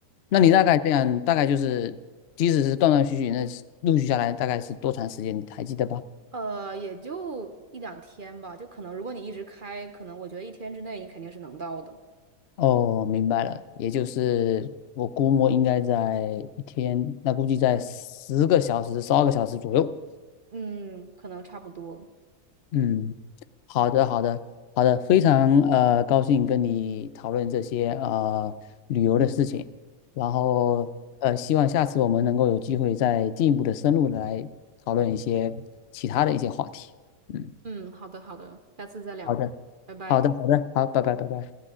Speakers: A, on the left (about 80°); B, on the right (about 50°).
A: 那你大概这样，
B: 对，
A: 大概就是，即使是断断续续，那陆续下来大概是多长时间？你还记得吧？
B: 呃，也就一两天吧，就可能如果你一直开，可能我觉得一天之内你肯定是能到的。
A: 哦，明白了，也就是我估摸应该在一天，那估计在十个小时、十二个小时左右。
B: 嗯，可能差不多。
A: 嗯，好的，好的，好的，非常呃高兴跟你讨论这些呃旅游的事情，然后呃希望下次我们能够有机会再进一步的深入的来讨论一些其他的一些话题。嗯，
B: 嗯，好的好的，下次再聊吧，
A: 好的，
B: 拜拜。
A: 好的，好的，好，拜拜，拜拜。